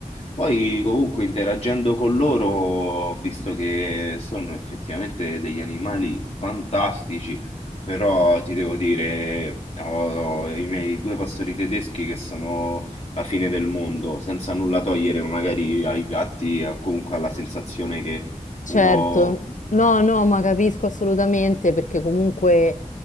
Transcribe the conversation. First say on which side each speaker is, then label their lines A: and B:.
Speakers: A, on the left (about 50°); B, on the left (about 65°).
A: Poi comunque interagendo con loro ho visto che sono effettivamente degli animali fantastici, però ti devo dire, ho, ho i miei due pastori tedeschi che sono la fine del mondo, senza nulla togliere magari ai gatti, o comunque alla sensazione che
B: Certo,
A: uno...
B: no, no, ma capisco assolutamente perché comunque...